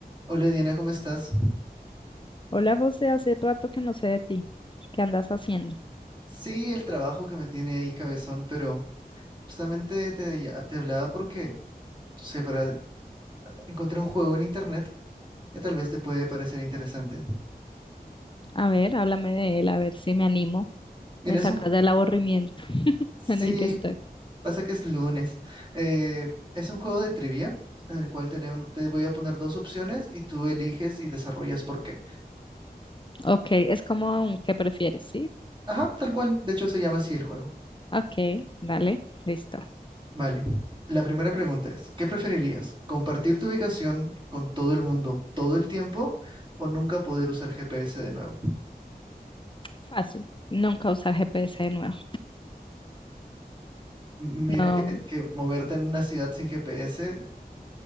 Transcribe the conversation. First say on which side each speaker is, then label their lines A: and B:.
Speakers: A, on the right (about 30°); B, on the left (about 30°).
A: Hola Diana, ¿cómo estás?
B: Hola, José, hace rato que no sé de ti. ¿Qué andas haciendo?
A: Sí, el trabajo que me tiene ahí cabezón, pero justamente te, ya- te hablaba porque, no sé, para encontré un juego en internet que tal vez te puede parecer interesante.
B: A ver, háblame de él, a ver si me animo.
A: Mira,
B: Me
A: es
B: sacas
A: un... ju-
B: del aburrimiento <laughs>
A: Sí,
B: en el que estoy.
A: pasa que es lunes. Eh, es un juego de trivia en el cual tenem- te voy a poner dos opciones y tú eliges y desarrollas por qué.
B: Ok, es como un ¿qué prefieres? ¿Sí?
A: Ajá, tal cual. De hecho, se llama así el juego.
B: Ok, dale, listo.
A: Vale. La primera pregunta es, ¿qué preferirías? ¿Compartir tu ubicación con todo el mundo todo el tiempo o nunca poder usar GPS de nuevo?
B: Fácil. Nunca usar GPS de nuevo.
A: M- Mira
B: No.
A: que, que moverte en una ciudad sin GPS,